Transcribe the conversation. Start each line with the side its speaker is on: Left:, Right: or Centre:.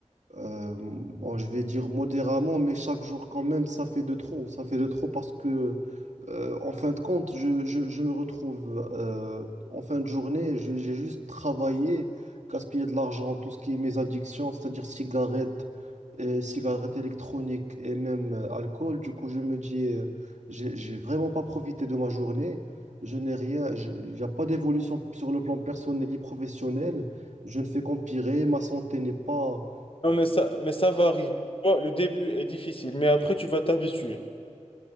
Right: euh, bon, je vais dire modérément, mais chaque jour quand même, ça fait de trop. Ça fait de trop parce que, euh, en fin de compte, je, je- je me retrouve euh, en fin de journée, je- j'ai juste travaillé, gaspillé de l'argent, tout ce qui est mes addictions, c'est-à-dire cigarettes, et cigarettes électroniques et même euh, alcool. Du coup, je me dis, euh, j'ai j'ai vraiment pas profité de ma journée. Je n'ai rien, j'ai- il n'y a pas d'évolution sur le plan personnel et professionnel. Je ne fais qu'empirer, ma santé n'est pas...
Left: Non, mais ça, mais ça va arriver. Tu vois, le début est difficile, mais après, tu vas t'habituer.